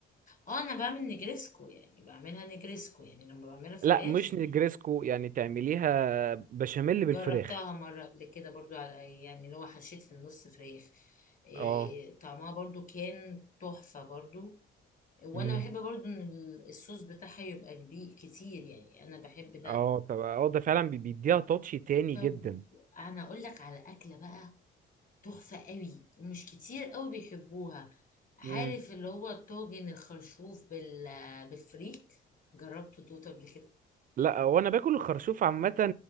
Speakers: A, on the left (about 40°); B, on the right (about 45°).
A: اه انا بعمل نجريسكو يعني بعملها نجريسكو يعني لما بعملها فراخ
B: لا مش نجريسكو يعني تعمليها بشاميل بالفراخ
A: جربتها مره قبل كده برضو على يعني اللي هو حشيت في النص فراخ إيه
B: اه
A: طعمها برضو كان تحفه برضو وانا
B: امم
A: بحب برضو ان ال- الصوص بتاعها يبقى كبير كتير يعني انا بحب ده
B: اه طب اه ده فعلا بي- بيديها تاتش تاني
A: طب
B: جدا
A: انا اقول لك على اكله بقى تحفه قوي ومش كتير قوي بيحبوها عارف
B: امم
A: اللي هو الطاجن الخرشوف بال بالفريك جربته دوت قبل كده
B: لا وانا باكل الخرشوف عامه